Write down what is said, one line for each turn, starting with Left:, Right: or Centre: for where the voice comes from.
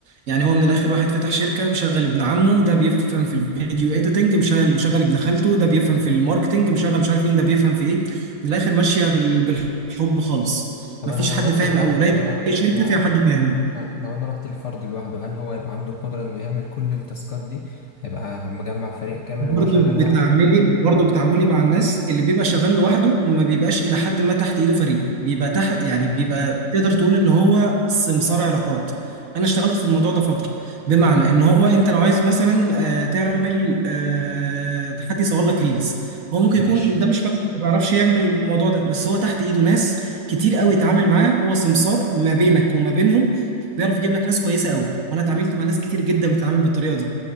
Right: يعني هو من الآخر واحد فتح شركة مشغل ابن عمه ده بيفهم في الفيديو إيديتنج مشغل مشغل ابن خالته ده بيفهم في الماركتنج مشغل مش عارف مين ده بيفهم في إيه من الآخر ماشية بال- بالحب خالص
Left: طب
Right: مفيش
Left: انا لو
Right: حد
Left: رحت
Right: فاهم
Left: لحد
Right: قوي قليل
Left: لو
Right: أي شركة
Left: اسمع،
Right: فيها حد فاهم
Left: آه، لو انا رحت الفرد لوحده هل هو يبقى عنده القدره انه يعمل كل التاسكات دي هيبقى مجمع فريق كامل
Right: برضه
Left: وهو شغال
Right: بتعملي
Left: لوحده
Right: برضه بتعاملي مع الناس اللي بيبقى شغال لوحده وما بيبقاش الى حد ما تحت ايده فريق بيبقى تحت
Left: أكيد
Right: يعني بيبقى تقدر تقول ان هو سمسار علاقات انا اشتغلت في الموضوع ده فتره بمعنى ان هو انت لو عايز مثلا آه، تعمل آه، تحدي يصور لك ريلز هو ممكن
Left: ماشي
Right: يكون ده مش مجال ما بيعرفش يعمل الموضوع ده بس هو تحت ايده ناس كتير قوي يتعامل معاه هو سمسار ما بينك وما بينهم بيعرف يجيب لك ناس كويسه قوي وانا اتعاملت مع ناس كتير جدا بتتعامل بالطريقه دي